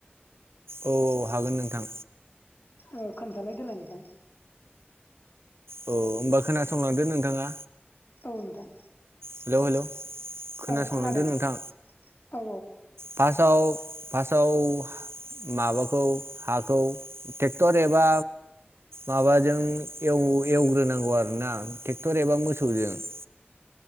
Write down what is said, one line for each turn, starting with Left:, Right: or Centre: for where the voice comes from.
Right: औ हागोन नोंथां
Left: ओ खोनथालाय देलाय नोंथां।
Right: औ होमबा खोनासंलांदो नोंथांङा।
Left: औ नोंथां।
Right: हेलौ हेलौ खोनासंलांदो
Left: औ खोनादों
Right: नोंथां
Left: औ
Right: फासाव फासआव माबाखौ हाखौ ट्रेक्टर एबा माबाजों एव‌ एवग्रोनांगौ आरोना ट्रेक्टर एबा मोसौजों। <inaudible>